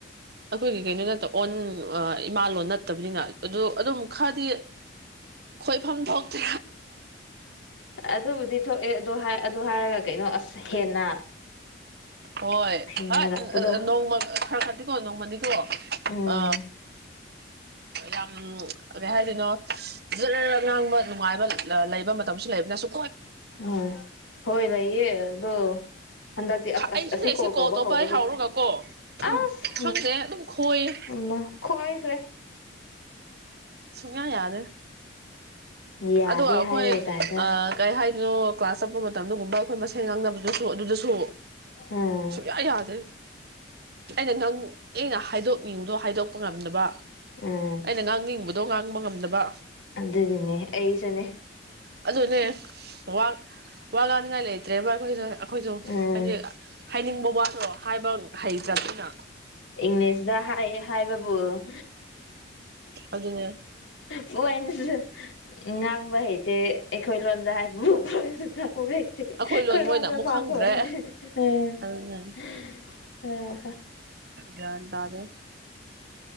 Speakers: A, on the right (about 55°); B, on the left (about 80°).
A: ꯑꯩꯈꯣꯏꯒꯤ ꯀꯩꯅꯣ ꯅꯠꯇ ꯑꯣꯟ ꯏꯃꯥ ꯂꯣꯟ ꯅꯠꯇꯕꯅꯤꯅ ꯑꯗꯨ ꯑꯗꯨꯝ ꯈꯔꯗꯤ ꯈꯣꯏꯐꯝ ꯊꯣꯛꯇꯦ
B: ꯑꯗꯨꯕꯨꯗꯤ ꯊꯣꯛꯑꯦ ꯑꯗꯨ ꯑꯗꯨ ꯍꯥꯏꯔꯒ ꯀꯩꯅꯣ ꯑꯁ ꯍꯦꯟꯅ
A: ꯍꯣꯏ
B: ꯍꯦꯟꯒꯠꯂꯛꯄꯗꯣ
A: ꯍ ꯅꯣꯡꯃ ꯈꯔ ꯈꯔ ꯀꯣ ꯅꯣꯡꯃꯗꯤꯀꯣ
B: ꯎꯝ
A: ꯑ ꯌꯥꯝ ꯀꯩ ꯍꯥꯏꯗꯣꯢꯅꯣ ꯖꯔ ꯖꯔ ꯉꯥꯡꯕ ꯅꯨꯡꯉꯥꯏꯕ ꯂꯩꯕ ꯃꯇꯝꯁꯨ ꯂꯩꯕꯅꯦ ꯑꯁꯨ
B: ꯍꯣꯏ ꯍꯣꯏ ꯂꯩꯌꯦ ꯑꯗꯣ ꯍꯟꯗꯛꯇꯤ ꯑꯁ
A: ꯑꯩꯁꯨꯅꯦ
B: ꯑꯁ ꯑꯁꯤ
A: ꯁꯤ
B: ꯀꯣꯜ ꯇꯧꯕ ꯍꯧꯕꯒꯤ
A: ꯍꯦꯛ ꯍꯧꯔꯒꯀꯣ ꯑꯗꯨꯝ
B: ꯑꯁ
A: ꯈꯪꯗꯦ ꯑꯗꯨꯝ ꯈꯣꯏꯌꯦ
B: ꯃꯥ ꯈꯣꯏꯈ꯭ꯔꯦ
A: ꯁꯨꯛꯌꯥ ꯌꯥꯗꯦ
B: ꯌꯥꯗꯦ
A: ꯑꯗꯨ ꯑꯩꯈꯣꯏ
B: ꯍꯥꯏꯕꯩ ꯇꯥꯏꯞꯇ
A: ꯀꯩ ꯍꯥꯏ ꯀꯩꯅꯣ ꯀ꯭ꯂꯥꯁ ꯆꯠꯄ ꯃꯇꯝꯗꯒꯨꯝꯕ ꯑꯩꯈꯣꯏ ꯃꯁꯦꯟ ꯉꯥꯡꯅꯕꯗꯨꯁꯨ ꯑꯗꯨꯗꯁꯨ
B: ꯎꯝ
A: ꯁꯨꯡꯌꯥ ꯌꯥꯗꯦ ꯑꯩꯅ ꯅꯪ ꯑꯩꯅ ꯍꯥꯏꯗꯣꯛꯅꯤꯡꯕꯗꯣ ꯍꯥꯏꯗꯣꯛꯄ ꯉꯝꯗꯕ
B: ꯎꯝ
A: ꯑꯩꯅ ꯉꯥꯡꯅꯤꯡꯕ ꯉꯥꯡꯕ ꯉꯝꯗꯕ
B: ꯑꯗꯨꯒꯤꯅꯦ ꯑꯩꯁꯨꯅꯦ
A: ꯑꯗꯨꯅꯦ ꯋꯥ ꯋꯥ ꯉꯥꯡꯅꯤꯡꯉꯥꯏ ꯂꯩꯇ꯭ꯔꯦꯕ ꯑꯩꯈꯣꯏ ꯁꯦ ꯑꯩꯈꯣꯏꯁꯨ
B: ꯎꯝ
A: ꯍꯥꯏꯗꯤ ꯍꯥꯏꯅꯤꯡꯕ ꯋꯥꯗꯣ ꯍꯥꯏꯕ ꯍꯩ ꯇ꯭ꯔꯕꯅꯤꯅ
B: ꯏꯪꯂꯤꯁꯇ ꯍꯥꯏ ꯍꯥꯏ ꯕꯕꯨ <unintelligible>
A: ꯑꯗꯨꯅꯦ
B: ꯄ ꯑꯅꯁꯨ ꯉꯥꯡꯕ ꯍꯩꯇꯦ ꯑꯩꯈꯣꯏ ꯂꯣꯟꯗ ꯍꯥꯏꯕꯨ ꯍ ꯍꯣꯢ <unintelligible>
A: ꯑꯩꯈꯣꯏ ꯂꯣꯟ ꯃꯣꯏꯅ ꯑꯃꯨꯛ ꯈꯪꯗ꯭ꯔꯦ ꯑꯗꯨꯅꯦ ꯒ꯭ꯌꯥꯟ ꯇꯥꯗꯦꯗ